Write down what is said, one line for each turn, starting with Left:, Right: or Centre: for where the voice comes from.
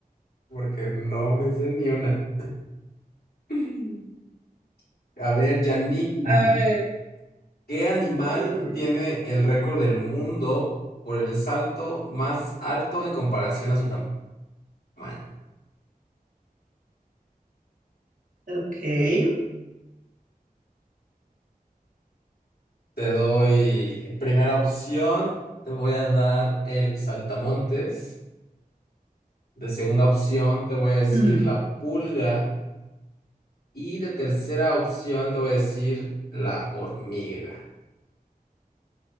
Left: porque no me sé ni una. <laughs> A ver, Janine,
Right: A ver.
Left: ¿qué animal
Right: mm,
Left: tiene el récord del mundo por el salto más alto en comparación a su tamaño?
Right: ok.
Left: Te doy primera opción, te voy a dar el saltamontes. De segunda opción, te voy a decir
Right: Hmm.
Left: la pulga. Y de tercera opción te voy a decir la hormiga.